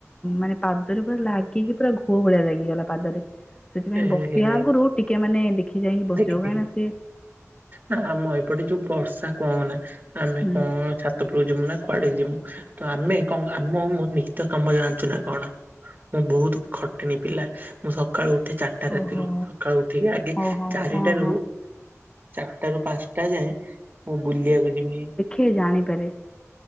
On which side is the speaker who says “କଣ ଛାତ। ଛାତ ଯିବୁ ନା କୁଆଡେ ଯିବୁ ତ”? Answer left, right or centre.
Right